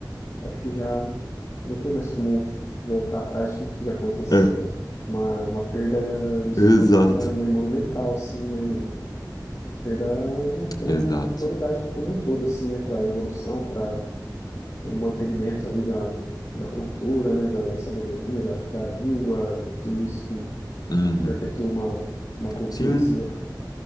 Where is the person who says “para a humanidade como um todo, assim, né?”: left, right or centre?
Left